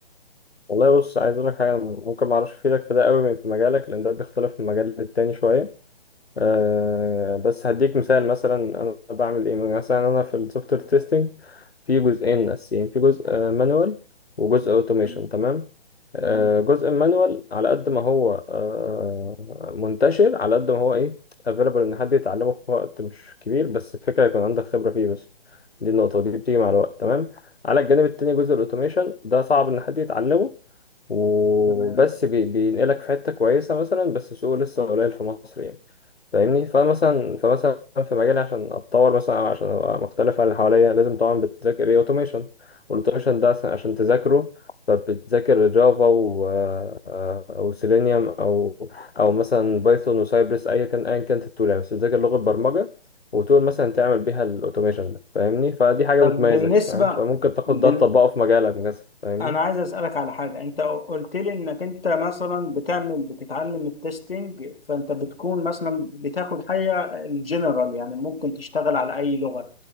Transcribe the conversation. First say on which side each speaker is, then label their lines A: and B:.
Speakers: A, on the left; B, on the left.
A: والله بص عايز أقول لك حاجة أنا ممكن ما أعرفش أفيدك في ده قوي من في مجالك لأن ده بيختلف من مجال للتاني شوية آه، بس هديك مثال مثلا انا بعمل ايه مثلا انا في السوفت وير تيستنج في جزئين اساسيين في جزء مانوال وجزء اوتوميشن
B: تم-
A: تمام آه،
B: تمام
A: جزء المانوال على قد ما هو آه، منتشر على قد ما هو ايه افيلبل ان حد يتعلمه في وقت مش كبير بس الفكره يكون عندك خبره فيه بس دي النقطه دي بتيجي مع الوقت تمام على الجانب التاني جزء الاوتوميشن ده صعب ان حد يتعلمه وبس
B: تمام
A: بي- بينقلك في حته كويسه مثلا بس سوقه لسه قليل في مصر يعني فاهمني فمثلا فمثلا في مجالي عشان اتطور مثلا أو عشان ابقى مختلف عن اللي حواليا لازم طبعا بتذاكر ايه اوتوميشن والاوتوميشن ده عشان عشان تذاكره فبتذاكر جافا و آه، او سيلينيوم او او مثلا بايثون وسايبرس ايا كان ايا كانت التول يعني بس بتذاكر لغه برمجه وتقول مثلا تعمل بيها الاوتوميشن ده فاهمني فدي حاجه
B: طب
A: بتميزك
B: بالنسبة
A: فاهم فممكن تاخد
B: بال...
A: ده تطبقه في مجالك مثلا فاهمني
B: أنا عايز أسألك على حاجة أنت قلت لي إنك أنت مثلا بتعمل بتتعلم التستنج فأنت بتكون مثلا بتاخد حاجة الجنرال يعني ممكن تشتغل على أي لغة